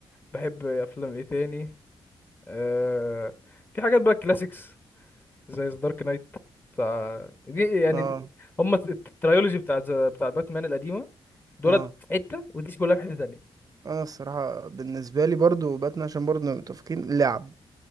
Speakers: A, on the left; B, on the right.
A: بحب افلام ايه تاني أه في حاجات بقى كلاسيكس زي دارك نايت بتاع دي يعني
B: اه
A: هم الترايولوجي بتاعت بتاعت باتمان القديمه دولت
B: اه
A: في حته ودي كلها في حته تانية
B: انا الصراحة بالنسبة لي برضو باتمان عشان برضو نبقى متفقين لعب